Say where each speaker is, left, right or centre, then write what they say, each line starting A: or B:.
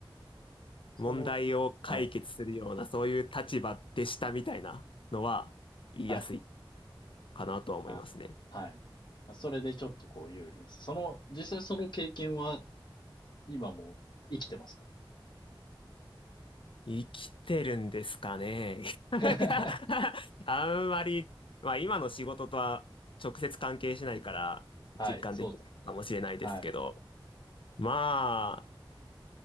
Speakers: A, on the left (about 60°); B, on the left (about 75°).
A: その、
B: 問題を解決するような、
A: はい。
B: そういう立場でしたみたいなのは言いやすい
A: はい。
B: かなとは思いますね。
A: あーはい。まそれでちょっとこう有利です。その、実際その経験は今も生きてますか？
B: 生きてるんですかね。<laughs> なんか
A: <laughs>
B: あんまり、まあ今の仕事とは直接関係しないから実感できないかもしれないですけど、
A: はい、そうです。はい、
B: まあ、